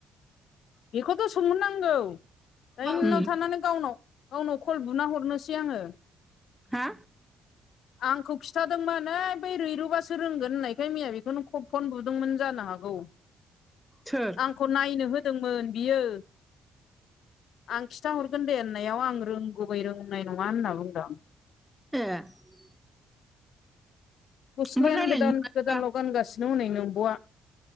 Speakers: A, on the left; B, in the centre.
A: बेखौथ' सोंहरनांगौ दायो नोंनाव
B: उम
A: थांनानै गावनाव गावनाव कल बुना हरनोसै आङो।
B: हा?
A: आंखौ खिथादोंमोन ओइ बै रैरुबासो रोंगोन होननायखाय मैया बेखौनो फन बुदोंमोन जानो हागौ
B: सोर?
A: आंखौ नायनो होदोंमोन बियो। आं खिथाहरगोन दे होननायाव आं रोंगुबै रोंनाय नङा होनना बुंदों।
B: <unintelligible>
A: गस्लायानो
B: ओमफ्राय रायज्लायनो
A: गोदान
B: मोनाखैबा
A: गोदानल' गानगासिनो हनै नोंब'वा